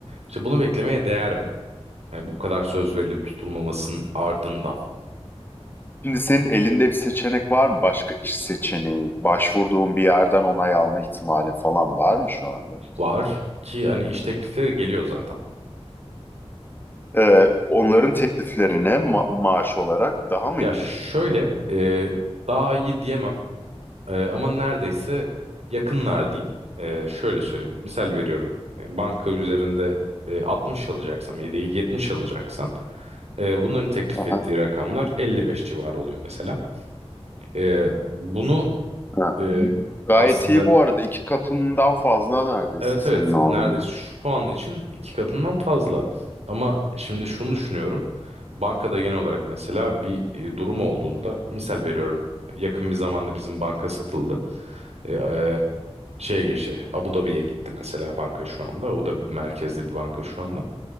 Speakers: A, on the right; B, on the left.
A: işte bunu beklemeye değer mi? Yani bu kadar söz verilip tutulmamasının ardından
B: Şimdi senin elinde bir seçenek var mı? Başka iş seçeneği, başvurduğun bir yerden onay alma ihtimali falan var mı şu anda?
A: var ki hani iş teklifleri geliyor zaten.
B: Ee, onların tekliflerine ma- maaş olarak daha mı
A: Ya
B: iyi?
A: şöyle e, daha iyi diyemem Ee, ama neredeyse yakınlar diyeyim. Ee, şöyle söyleyeyim. Misal veriyorum. E, Banka üzerinde e, 60 alacaksam, yedeği 70 alacaksam e, bunların teklif
B: Hı hı.
A: ettiği rakamlar 55 civarı oluyor mesela. E, bunu
B: Hı
A: e,
B: hı. Gayet
A: aslında
B: iyi bu arada. İki katından fazla neredeyse
A: evet
B: senin
A: evet
B: aldığın.
A: neredeyse şu an için iki katından fazla. Ama şimdi şunu düşünüyorum. Bankada genel olarak mesela bir e, durum olduğunda misal veriyorum. Yakın bir zamanda bizim banka satıldı. E, e, şeye geçti. Abu Dhabi'ye gitti mesela banka şu anda. Abu Dhabi merkezli bir banka şu anda.